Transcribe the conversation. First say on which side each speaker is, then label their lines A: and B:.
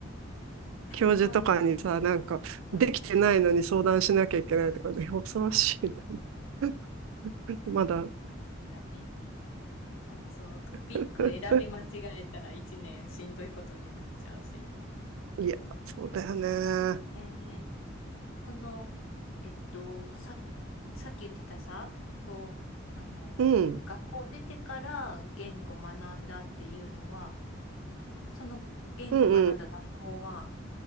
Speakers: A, on the right (about 80°); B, on the left (about 85°).
A: 教授とかにさ、
B: そうだ。
A: なんか、
B: うん。
A: できてないのに相談しなきゃいけないとかね、恐ろしいな。<laughs> まだ。
B: 何そうそう、トピック選び間違えたら一年しんどいことになっちゃうし。
A: <laughs> いや、そうだよね。
B: ねえその、えっと、さ、さっき言ってたさ、こう、あの、
A: うん、
B: 学校出てから言語学んだっていうのは、その言語学んだ学校は、
A: うんうん。